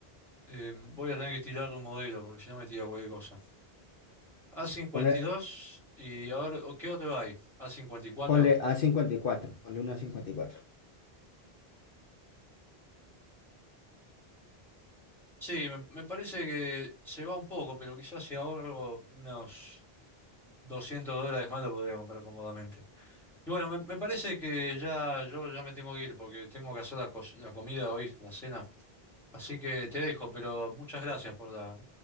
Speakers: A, in the centre; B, on the left (about 60°).
A: Eh, voy a tener que tirar un modelo porque si no me tira cualquier cosa. a cincuenta
B: Ponle,
A: y dos y a ver, ¿qué otro hay? a cincuenta y cuatro
B: ponle a cincuenta y cuatro ponle una a cincuenta y cuatro
A: Sí, me, me parece que se va un poco, pero quizás si ahorro unos 200 dólares más lo podría comprar cómodamente. Y bueno, me, me parece que ya yo ya me tengo que ir porque tengo que hacer la, cos- la comida hoy, la cena. Así que te dejo, pero muchas gracias por la,